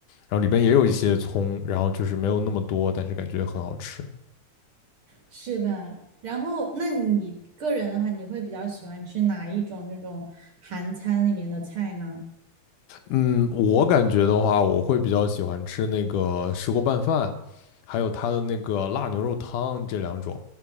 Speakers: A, on the left (about 85°); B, on the right (about 50°).
A: 然后里边也有一些葱，然后就是没有那么多，但是感觉很好吃。
B: 是的，然后那你个人的话，你会比较喜欢吃哪一种那种韩餐里面的菜呢？
A: 嗯，我感觉的话，我会比较喜欢吃那个石锅拌饭，还有它的那个辣牛肉汤这两种，